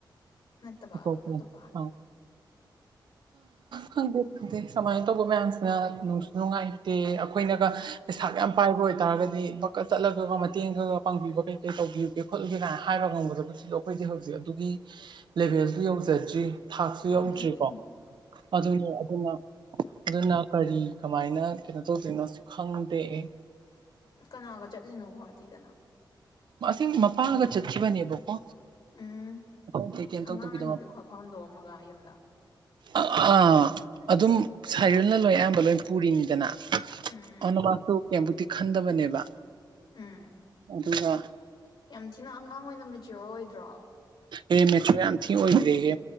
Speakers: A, on the left; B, on the right.
A: ꯅꯠꯇꯕ
B: ꯑꯇꯣꯞꯄꯅꯤ
A: ꯑꯇꯣꯞꯄ
B: ꯑꯥ ꯈꯪꯗꯦ ꯗꯦ ꯁꯃꯥꯏꯅ ꯇꯧꯕ ꯃꯌꯥꯝꯁꯤꯅ ꯅꯨꯡꯁꯨ ꯅꯨꯡꯉꯥꯏꯇꯦ ꯑꯈꯣꯏꯅꯒ ꯄꯩꯁꯥꯒ ꯌꯥꯝ ꯄꯥꯏꯕ ꯑꯣꯏꯇꯥꯔꯒ ꯗꯤ ꯕꯛꯀ ꯆꯠꯂꯒ ꯃꯇꯦꯡꯒ ꯄꯥꯡꯕꯤꯕ ꯀꯩ ꯀꯩ ꯇꯧꯕꯤꯌꯨꯒꯦ ꯈꯣꯠꯂꯨꯒꯦ ꯀꯥꯏꯅ ꯍꯥꯏꯕ ꯉꯝꯒꯗꯕꯗꯨꯁꯨ ꯑꯩꯈꯣꯏꯗꯤ ꯍꯧꯖꯤꯛ ꯑꯗꯨꯒꯤ ꯂꯦꯕꯦꯜꯗꯨ ꯌꯧꯖꯗ꯭ꯔꯤ ꯊꯥꯛꯁꯨ ꯌꯧꯗ꯭ꯔꯤꯀꯣ
A: ꯑꯗꯨꯅꯦ
B: ꯑꯗꯨꯅꯦ ꯑꯗꯨꯅ ꯑꯗꯨꯅ ꯀꯔꯤ ꯀꯃꯥꯏꯅ ꯀꯩꯅꯣ ꯇꯧꯗꯣꯏꯅꯣꯁꯨ ꯈꯪꯗꯦ ꯑꯦ
A: ꯀꯅꯥꯒ ꯆꯠꯂꯤꯅꯣ ꯒꯨꯍꯥꯇꯤꯗꯅ
B: ꯑꯁꯦꯡ ꯃꯄꯥꯒ ꯆꯠꯈꯤꯕꯅꯦꯕꯀꯣ
A: ꯎꯝ
B: ꯑꯇꯩ ꯑꯇꯩ ꯀꯩꯝ
A: ꯑꯉꯥꯡ
B: ꯇꯧꯗꯕꯤꯗ
A: ꯑꯅꯤꯗꯨ
B: ꯃꯄꯥ
A: ꯈꯛ ꯍꯟꯗꯣꯛꯑꯝꯃꯒ ꯌꯨꯝꯗ
B: ꯑꯥ ꯑꯗꯨꯝ ꯁꯥꯏꯔꯜꯅ ꯂꯣꯏ ꯑꯌꯥꯝꯕ ꯂꯣꯏ ꯄꯨꯔꯤꯅꯤꯗꯅ
A: ꯎꯝ
B: ꯑꯗꯨꯃꯁꯨ ꯀꯦꯝꯕꯨꯗꯤ ꯈꯟꯗꯕꯅꯦꯕ
A: ꯎꯝ
B: ꯑꯗꯨꯒ
A: ꯌꯥꯝ ꯊꯤꯅ ꯑꯉꯥꯡ ꯑꯣꯏꯅ ꯃꯦꯆꯤꯌꯣꯔ ꯑꯣꯏꯗ꯭ꯔꯣ
B: ꯑꯦ ꯃꯦꯆꯤꯌꯣꯔ ꯌꯥꯝꯊꯤ ꯑꯣꯏꯒ꯭ꯔꯦꯍꯦ